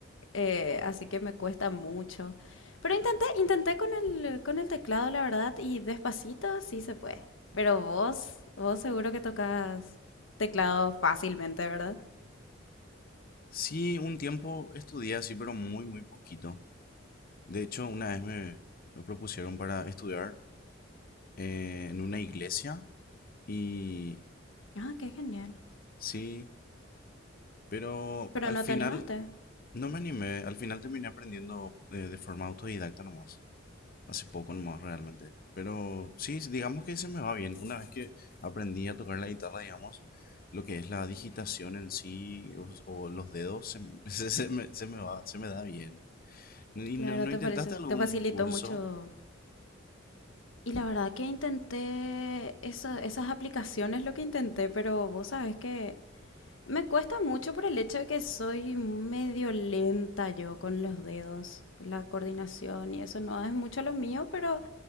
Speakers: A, on the left; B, on the left.
A: eh, así que me cuesta mucho. Pero intenté, intenté con el, con el teclado, la verdad, y despacito sí se puede. Pero vos, vos seguro que tocas teclado fácilmente, ¿verdad?
B: Sí, un tiempo estudié así, pero muy, muy poquito. De hecho, una vez me, me propusieron para estudiar eh, en una iglesia y
A: Ah, qué genial.
B: sí, pero
A: Pero
B: al
A: no
B: final
A: te animaste.
B: no me animé, al final terminé aprendiendo eh, de forma autodidacta nomás. Hace poco nomás realmente. Pero sí, digamos que se me va bien. Una vez que aprendí a tocar la guitarra, digamos, lo que es la digitación en sí o, o los dedos, se, <laughs> se, se me, se me va, se me da bien. ¿Y
A: Claro,
B: no, no
A: te,
B: intentaste
A: falice-
B: algún
A: te facilitó
B: curso?
A: mucho. Y la verdad que intenté eso- esas aplicaciones, lo que intenté, pero vos sabes que me cuesta mucho por el hecho de que soy medio lenta yo con los dedos, la coordinación y eso no es mucho lo mío, pero